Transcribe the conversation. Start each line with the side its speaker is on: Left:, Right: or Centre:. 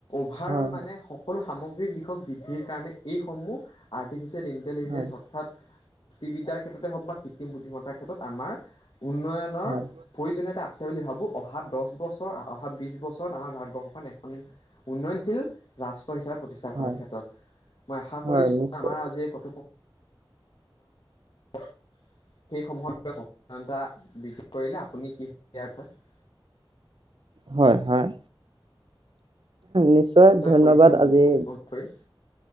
Left: অভাৰ'ল
Right: হয়
Left: মানে সকলো সামগ্ৰিক দিশক বৃদ্ধিৰ কাৰণে এইসমূহ আৰ্টিফিচিয়েল ইণ্টেলিজেন্স
Right: হয়
Left: অৰ্থাৎ বিদ্যাৰ ক্ষেত্ৰতে হওঁক বা কৃত্ৰিম বুদ্ধিমতাৰ ক্ষেত্ৰত উন্নয়নৰ আমাৰ উন্নয়নৰ
Right: হয়
Left: প্ৰয়োজনীয়তা আছে বুলি ভাবো অহা দহ বছৰ অহা বিছ বছৰত আমাৰ ভাৰতবৰ্ষখন এখন। উন্নয়নশীল ৰাষ্ট্ৰ হিচাপে প্ৰতিষ্ঠা
Right: হয়
Left: কৰাৰ ক্ষেত্ৰত মই আশা
Right: হয়
Left: কৰিছোঁ।
Right: নিশ্চয়
Left: আমাৰ আজি ক <unintelligible> সেই সমূহতা <unintelligible> বৃদ্ধি কৰিলে আপুনি কি কব ইয়াৰ বিষয়?
Right: হয় হয় নিশ্চয় ধন্যবাদ
Left: কৰিছে মোৰ
Right: আজি
Left: অনুসৰি